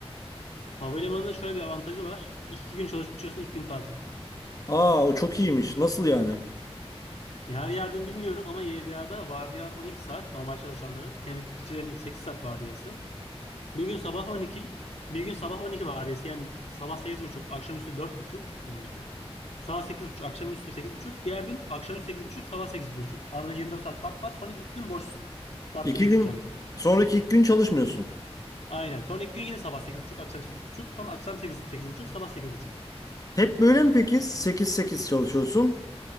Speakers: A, on the left (about 85°); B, on the left (about 35°).
A: Havalimanında şöyle bir avantajı var. İki gün çalışıyorsun, iki gün tatil.
B: Aa o çok iyiymiş. Nasıl yani?
A: Her yerden bilmiyorum ama YDA'da vardiyalar 12 saat normal çalışanların. Temizlikçilerin ilk 8 saat vardiyası. Bir gün sabah 12, bir gün sabah 12 vardiyası. Yani sabah sekiz buçuk, akşamüstü dört buçuk muydu? Sabah sekiz buçuk, akşamüstü sekiz buçuk. Diğer gün akşamüstü sekiz buçuk, sabah sekiz buçuk. Arada 24 saat fark var. Sonra ilk gün boşsun. Farklı
B: İki
A: bir ekip
B: gün
A: çalışıyor.
B: sonraki iki gün çalışmıyorsun.
A: Aynen. Sonra ilk gün yine sabah sekiz buçuk, akşam sekiz buçuk. Sonra akşam sekiz sekiz buçuk, sabah sekiz buçuk.
B: Hep böyle mi peki? Sekiz sekiz çalışıyorsun.